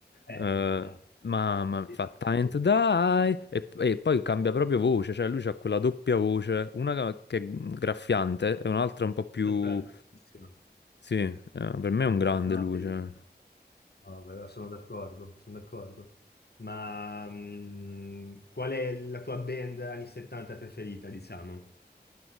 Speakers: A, on the left; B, on the left.
A: Eh,
B: eh,
A: dai,
B: mamma, mia,
A: bellissimo.
B: fa Time to Die e, e poi cambia proprio voce, cioè lui ha quella doppia voce, una che è graffiante e un'altra un po' più...
A: Un'altra altissima.
B: Sì, eh, per me è un grande
A: No,
B: lui,
A: bellissimo,
B: cioè.
A: No, però sono d'accordo, sono d'accordo. Ma mh, qual è la tua band anni 70 preferita, diciamo?